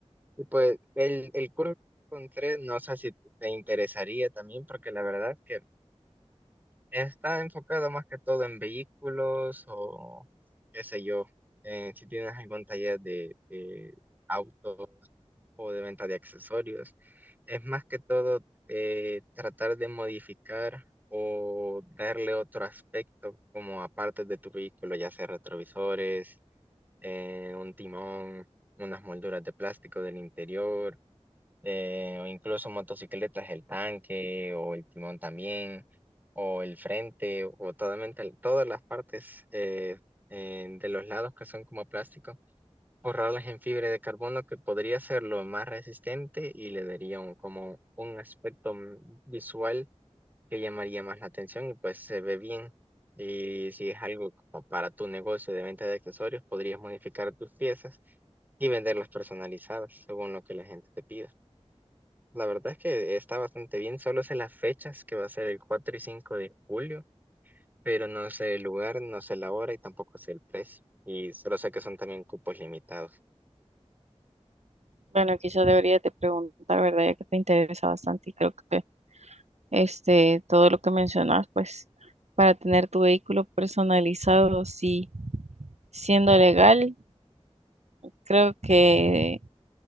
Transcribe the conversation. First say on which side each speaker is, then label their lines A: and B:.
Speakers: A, on the right; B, on the right.
A: Y pues el, el curso que encontré, no sé si te interesaría también, porque la verdad es que está enfocado más que todo en vehículos o qué sé yo, eh, si tienes algún taller de, de auto o de venta de accesorios. Es más que todo eh, tratar de modificar o darle otro aspecto como aparte de tu vehículo, ya sea retrovisores eh, un timón, unas molduras de plástico del interior, eh, o incluso motocicletas, el tanque o el timón también, o el frente, o totalmente, todas las partes eh, eh, de los lados que son como plástico, borrarlas en fibra de carbono que podría ser lo más resistente y le daría un, como un aspecto mm, visual que llamaría más la atención y pues se ve bien. Y si es algo como para tu negocio de venta de accesorios, podrías modificar tus piezas y venderlas personalizadas según lo que la gente te pida. La verdad es que está bastante bien, solo sé las fechas que va a ser el 4 y 5 de julio, pero no sé el lugar, no sé la hora y tampoco sé el precio. Y solo sé que son también cupos limitados.
B: Bueno, quizás deberías de preguntar, ¿verdad? Ya que te interesa bastante y creo que este, todo lo que mencionas, pues para tener tu vehículo personalizado, sí, siendo legal, creo que